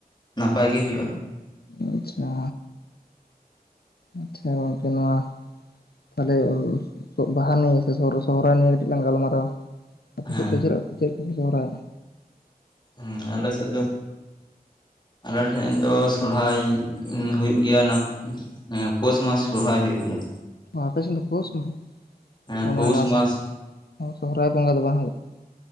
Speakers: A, on the left (about 30°); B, on the left (about 85°).
A: ᱱᱟᱯᱟᱭ ᱜᱮ ᱦᱩᱭᱩᱜᱼᱟ᱾
B: ᱟᱪᱪᱷᱟ ᱟᱪᱪᱷᱟ ᱜᱚᱝᱠᱮ ᱱᱚᱣᱟ ᱛᱟᱦᱚᱞᱮ ᱵᱟᱦᱟᱨ ᱱᱤᱭᱮ ᱥᱮ ᱥᱚᱦᱚᱨᱟᱭ ᱱᱤᱭᱮ ᱠᱟᱹᱴᱤᱡ ᱞᱟᱝ ᱜᱟᱞᱢᱟᱨᱟᱣᱟ? ᱟᱯᱮ
A: ᱦᱮᱸ
B: ᱥᱮᱫ ᱫᱚ ᱪᱮᱫ ᱪᱮᱫ ᱞᱮᱠᱟ ᱠᱚ ᱥᱚᱦᱨᱟᱭᱚᱜ-ᱟ?
A: ᱦᱮᱸ ᱟᱞᱮ ᱥᱮᱫ ᱫᱚ ᱟᱞᱮ ᱴᱷᱮᱱ ᱫᱚ ᱥᱚᱨᱦᱟᱭ ᱦᱩᱭᱩᱜ ᱜᱮᱭᱟ ᱱᱟᱯ ᱦᱮᱸ ᱯᱳᱥᱢᱟᱥ ᱥᱚᱨᱦᱟᱭ ᱦᱩᱭᱩᱜ ᱜᱮᱭᱟ᱾
B: ᱟᱯᱮᱥᱮᱫ ᱫᱚ ᱯᱳᱥ ᱢᱟᱥ
A: ᱦᱮᱸ
B: ᱛᱳ
A: ᱯᱳᱥ
B: ᱢᱟᱱᱮ ᱱᱟᱥ
A: ᱢᱟᱥ
B: ᱥᱚᱦᱨᱟᱭ ᱵᱚᱸᱜᱟ ᱫᱚ ᱵᱟᱝ ᱦᱩᱭᱩᱜᱼᱟ?